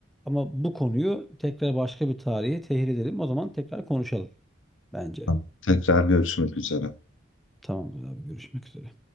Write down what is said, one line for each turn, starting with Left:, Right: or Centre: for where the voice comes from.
Centre: Ama bu konuyu tekrar başka bir tarihe tehir edelim. O zaman tekrar konuşalım bence.
Left: Tamam. Tekrar görüşmek üzere.
Centre: Tamamdır abi görüşmek üzere.